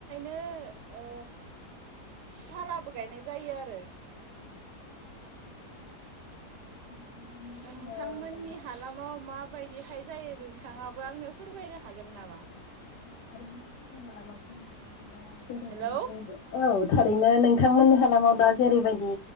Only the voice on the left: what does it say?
<inaudible> <inaudible>
जोङो दा
<unintelligible> <unintelligible>
औ। थारैनो नोंथांमोननि हालामाव दा जेरैबायदि